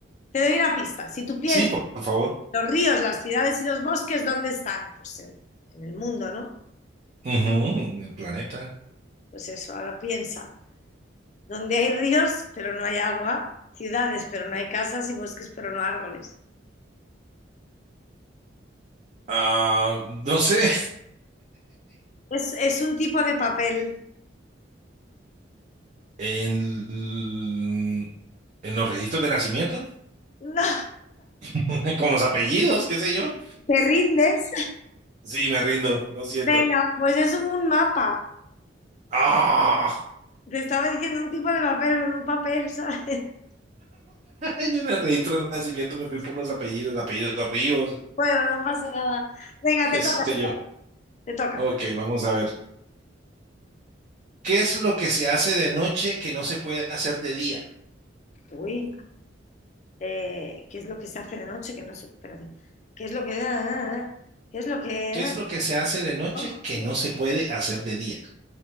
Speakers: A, on the left; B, on the right.
A: Te doy una pista. Si tú piensas,
B: sí, por, por favor.
A: los ríos, las ciudades y los bosques, ¿dónde están? Pues en, en el mundo, ¿no?
B: Ujú, en el planeta.
A: Pues eso, ahora piensa. Donde hay ríos, pero no hay agua, ciudades, pero no hay casas y bosques, pero no árboles.
B: Ah, no sé.
A: Es, es un tipo de papel.
B: En, l- en los registros de nacimiento,
A: No,
B: <laughs> con los apellidos, qué sé yo.
A: ¿Te rindes?
B: Sí, me rindo, lo siento.
A: Venga, pues es un mapa.
B: Ah.
A: Te estaba diciendo un tipo de papel, en un papel, ¿sabes? <laughs>
B: Ay, yo en el registro de nacimiento me fui por los apellidos, apellidos Ríos,
A: Bueno, no pasa nada. Venga,
B: <laughs>
A: te
B: qué sé
A: toca, te
B: yo.
A: toca, te toca.
B: Ok, vamos a ver. ¿Qué es lo que se hace de noche que no se puede hacer de día?
A: Uy. eh, qué es lo que se hace de noche, que no sé, espérate, qué es lo que, ah, ah, ah, ah? qué es lo que,
B: ¿Qué es
A: ah,
B: lo que se hace de noche
A: ah?
B: que no se puede hacer de día?